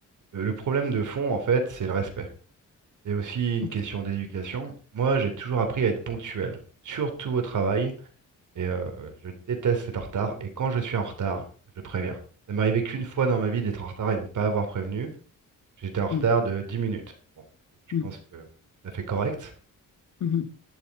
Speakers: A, on the right; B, on the left.
A: Le, le problème de fond, en fait, c'est le respect. C'est aussi une
B: Compl
A: question d'éducation. Moi, j'ai toujours appris à être ponctuel, surtout au travail, et euh, je déteste être en retard, et quand je suis en retard, je préviens. Ça m'est arrivé qu'une fois dans ma vie d'être en retard et de ne pas avoir prévenu. J'étais en retard
B: mmh.
A: de 10 minutes. Bon, je
B: Mmh.
A: pense que c'est tout à fait correct.
B: Mmh